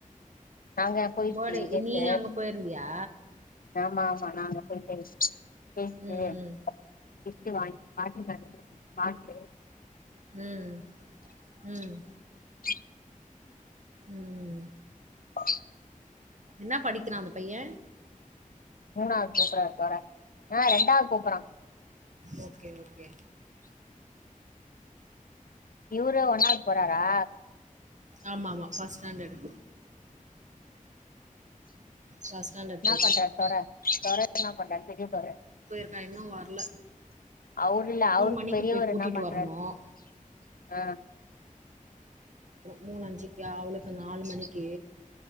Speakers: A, on the left (about 85°); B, on the right (about 60°).
A: நாங்க போயிச்சு
B: பர்டே
A: கேட்டு
B: நீ அங்க போயிருந்தியா
A: ஆமா பன அ <unintelligible>
B: ம்
A: ஃகிப்ட்வாங்கி <unintelligible> வாட்ட <unintelligible>
B: உம் உம்
A: <inaudible>
B: உம்
A: <inaudible>
B: என்ன படிக்கிறான் அந்த பைய
A: மூனாது போ போறா தோராய ஆ ரெண்டாது போ போறாங்
B: ஓக்கே ஓக்கே
A: இவரு ஒன்னாது போறாரா
B: ஆமா ஆமா ஃபஸ்ட் ஸ்டாண்டர்டு ஃபர்ஸ்ட் ஸ்டாண்டர்ட்
A: நா
B: போயிட்டுருக்கான்.
A: பண்றாரு தொர தொர நா பண்றாரு பெரிய தொர
B: இன்னு வரல
A: அவரு இல்ல அவருக்கு
B: மணிக்கு
A: பெரியவரு
B: போய் கூட்டிட்டு
A: என்ன பண்றாரு
B: வரணும்.
A: அ
B: மூணஞ்சு அவளுக்கு நால் மணிக்கு